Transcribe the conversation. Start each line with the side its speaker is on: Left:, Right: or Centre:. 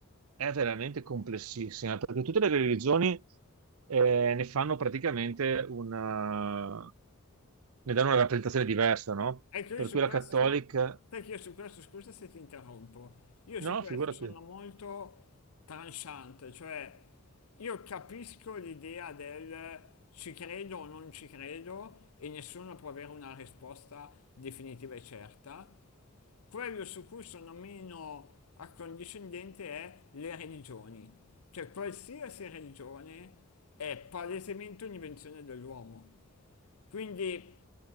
Right: è veramente complessissima, perché tutte le religioni eh, ne fanno praticamente una... ne danno una rappresentazione diversa, no?
Left: Ecco, io
Right: Per
Left: su
Right: cui la
Left: questo,
Right: cattolica...
Left: sai che io su questo, scusa se ti interrompo, io
Right: No,
Left: su questo
Right: figurati,
Left: sono molto tranciante, cioè io capisco l'idea del ci credo o non ci credo e nessuno può avere una risposta definitiva e certa. Quello su cui sono meno accondiscendente è le religioni, cioè qualsiasi religione è palesemente un'invenzione dell'uomo. Quindi,